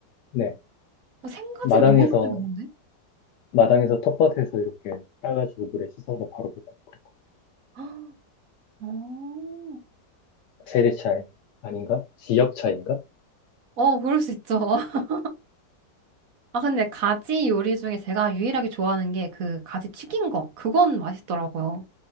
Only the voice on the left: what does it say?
네.
마당에서,
마당에서 텃밭에서 이렇게 따가지고 물에 씻어서 바로 먹고 그랬고.
세대 차이 아닌가? 지역 차이인가?